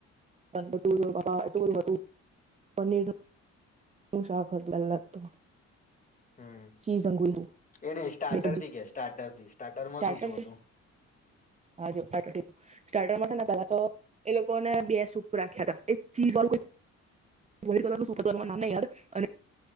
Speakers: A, on the right; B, on the left.
A: <unintelligible> ટું હતું પનીર નું નું શાખ હતું પેલા તો.
B: હમ્મ
A: ચીઝ અંગુર
B: એ ને સ્ટાર્ટ
A: બે સબ્જી
B: થી કે સ્ટાર્ટરથી સ્ટાર્ટરમાં
A: સ્ટાર્ટર
B: શું શું હતું?
A: હા જો સ્ટાર્ટર સ્ટાર્ટરમાં છે ને, પેલા તો એ લોકોને બે સૂપ રાખ્યા હતા, એક ચીઝ વાળું કોઈ વ્હાઇટ કલરનું સૂપ હતું તેનું નામ નઈ યાદ અને